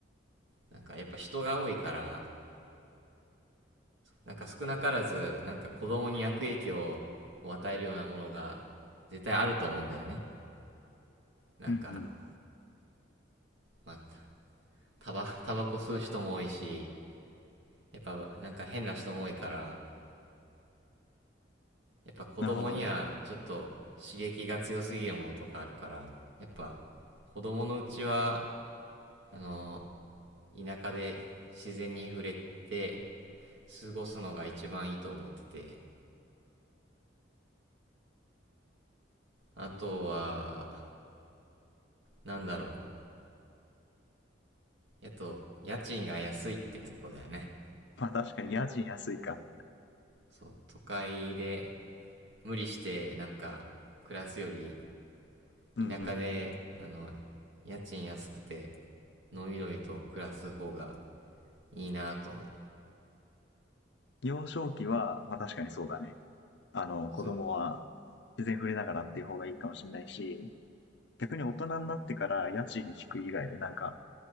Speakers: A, on the right; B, on the left.
A: なんかやっぱ人が多いから、なんか少なからず、なんか子供に悪影響を与えるようなものが絶対あると思うんだよね。なんか、
B: うんうん。
A: まあ、タバ、タバコ吸う人も多いし、やっぱなんか変な人も多いから、やっぱ子供にはちょっと刺激が強すぎるものとかあるから、
B: なるほど。
A: やっぱ子供のうちは、あの、田舎で自然に触れて過ごすのが一番いいと思ってて、あとは、なんだろう。やっと、家賃が安いってとこだよね。
B: まあ確かに家賃安いか。
A: そう、都会で無理してなんか暮らすより、
B: うんうん。
A: 田舎で、あの、家賃安くて、のびのびと暮らす方がいいなぁと思う。
B: 幼少期は、まあ確かにそうだね。あの、
A: そう。
B: 子供は自然触れながらっていう方がいいかもしれないし、逆に大人になってから家賃低い以外でなんか